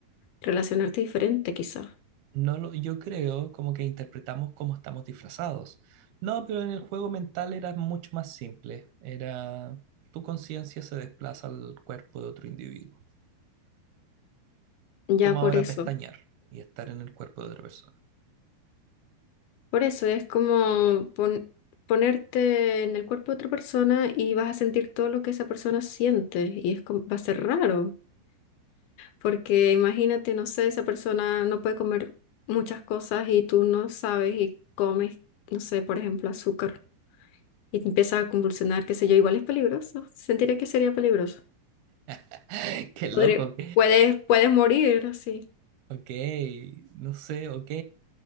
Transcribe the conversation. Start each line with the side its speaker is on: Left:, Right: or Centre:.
Left: relacionarte diferente quizás.
Right: No lo, yo creo como que interpretamos cómo estamos disfrazados. No, pero en el juego mental era mucho más simple. Era tu conciencia se desplaza al cuerpo de otro individuo.
Left: Ya
Right: Como
Left: por
Right: ahora
Left: eso.
Right: pestañear y estar en el cuerpo de otra persona.
Left: Por eso es como pon- ponerte en el cuerpo de otra persona y vas a sentir todo lo que esa persona siente y es como- va a ser raro, porque imagínate, no sé, esa persona no puede comer muchas cosas y tú no sabes y comes, no sé, por ejemplo, azúcar y te empiezas a convulsionar, qué sé yo, igual es peligroso, sentiré que sería peligroso.
Right: <laughs> Qué loco,
Left: Podría- puedes, puedes morir así,
Right: Ok, no sé, ok.